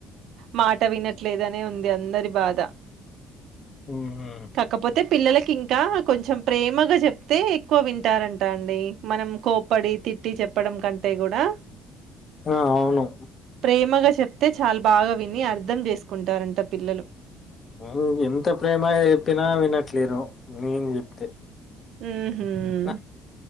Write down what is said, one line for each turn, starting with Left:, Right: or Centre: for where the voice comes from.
Right: మాట వినట్లేదనే ఉంద్ దే అందరి బాధ
Left: హ్మ్
Right: కాకపోతే పిల్లలకి ఇంకా కొంచెం ప్రేమగా చెప్ ప్తే ఎక్కువ వింటారంటా అండి. మనం కోపడి, తిట్టి చెప్పడం కంటే కూడా
Left: ఆహ్ అవును
Right: ప్రేమగా చెప్తే చాల్ బాగా విని అర్ధం చేసుకుంటారంట. పిల్లలు
Left: వాళ్ళు ఎంత ప్రేమాగా ఎప్పినా విన్నట్లేరు. నేను చెప్తే
Right: ఉహు
Left: నా